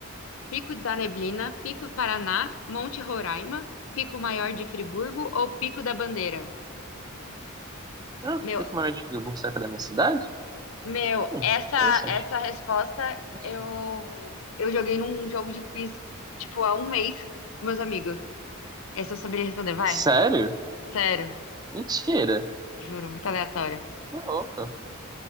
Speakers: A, on the left (about 65°); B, on the right (about 20°).
A: Pico da Neblina, Pico do Paraná, Monte Roraima, Pico Maior de Friburgo ou Pico da Bandeira?
B: Ah,
A: Meu,
B: por que o maior de Friburgo saca da minha cidade?
A: Meu,
B: Hum,
A: essa
B: interessante.
A: essa resposta
B: Não sei.
A: eu eu joguei num jogo de quiz, tipo, há um mês com meus amigos. Essa eu saberia responder, vai.
B: Sério?
A: Sério,
B: Mentira.
A: juro, muito aleatória.
B: Tô louca.